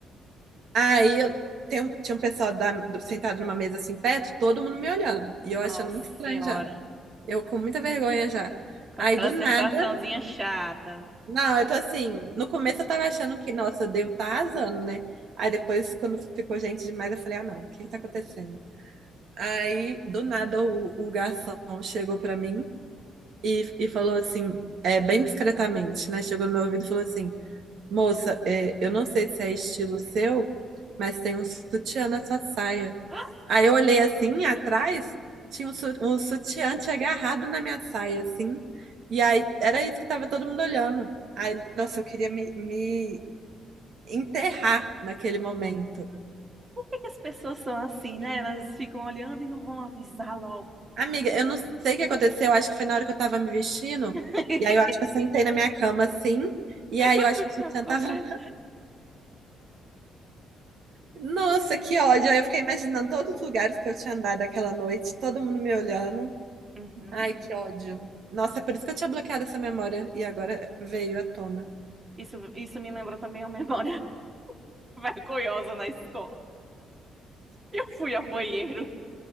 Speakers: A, on the right; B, on the right.
A: Aí eu, tem um- tinha um pessoal da- do- sentado numa mesa assim perto, todo mundo me olhando, e eu
B: nossa
A: achando muito estranho
B: senhora,
A: já. Eu com muita vergonha já.
B: com
A: Aí
B: aquela
A: do
B: sensaçãozinha
A: nada,
B: chata. <gasps>
A: não, eu tô assim, no começo eu tava achando que, nossa, eu devo estar tá arrasando, né? Aí depois, quando ficou gente demais, eu falei, ah, não, o que que tá acontecendo? Aí, do nada, o, o garçom chegou pra mim e, e falou assim, é, bem discretamente, né? Chegou no meu ouvido e falou assim: Moça, é, eu não sei se é estilo seu, mas tem um sutiã na sua saia.
B: Ah,
A: Aí eu olhei assim, atrás, tinha um, su- um sutiã tinha agarrado na minha saia, assim. E aí, era isso que tava todo mundo olhando. Aí, nossa, eu queria me, me enterrar naquele momento.
B: por que que as pessoas são assim, né? Elas ficam olhando e não vão avisar logo.
A: Amiga,
B: Bran,
A: eu não sei o que aconteceu, eu acho que foi na hora que eu tava me vestindo,
B: <laughs>
A: e aí eu acho que eu sentei na minha cama assim, e aí
B: O
A: eu acho
B: sutiã
A: que o sutiã
B: ficou
A: tava.
B: preto.
A: Nossa, que ódio! Aí eu fiquei imaginando todos os lugares que eu tinha andado aquela noite, todo mundo me olhando.
B: Uhum.
A: Ai, que ódio. Nossa, é por isso que eu tinha bloqueado essa memória, e agora veio à tona.
B: Isso, isso me lembrou também uma memória <laughs> vergonhosa na escola. Eu fui ao banheiro